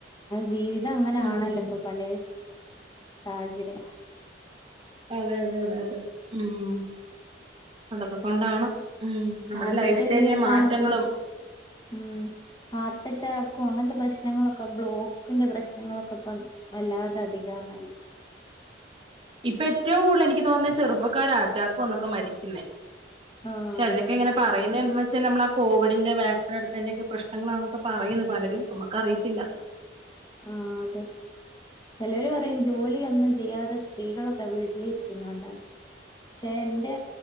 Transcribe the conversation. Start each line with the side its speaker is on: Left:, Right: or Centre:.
Left: ജീവിതം അങ്ങനനാണല്ലോ
Right: ഉം
Left: ഇപ്പൊ പലെ സാഹചര്യം
Right: അതെ അതെ അതെ അതെ ഉം അതൊക്കെ കൊണ്ടാണ് ഉം നമ്മുടെ
Left: ആദ്യത്തേതിനേക്കാണൊക്കെ
Right: ലൈഫ് സ്റ്റൈലിലെ മാറ്റങ്ങളും
Left: ഉം ഹാർട്ട് അറ്റാക്കും അങ്ങനത്തെ പ്രശ്നങ്ങളൊക്കെ ബ്ലോക്കിന്റെ പ്രശ്നങ്ങളൊ ക്കൊപ്പം വല്ലാതെ അധികാണല്ലോ
Right: ഇപ്പൊ എറ്റവും കൂടുതൽ എനിക്ക് തോന്നുന്ന ചെറുപ്പക്കാര് അറ്റാക്കു വന്നൊക്കെ മരിക്കുന്നേ
Left: ആ
Right: ചെലരൊക്കെ
Left: അതെ
Right: ഇങ്ങനെ പറയുന്നത് എന്തന്ന് വച്ചാൽ നമ്മള് ആ കോവിഡിന്റെ വാക്സിൻ എടുത്തെന്റെ ഒക്കെ പ്രശ്നങ്ങളാണൊക്കെ പറയുന്നു പലരും നമക്ക് അറിയത്തില്ല
Left: ആഹ് അതെ ചിലവര് പറയും ജോലിയൊന്നും ചെയ്യാതെ സ്ത്രീകളൊക്കെ വീട്ടിലിരിക്കുന്നോണ്ടാന്ന് പക്ഷെ എന്റെ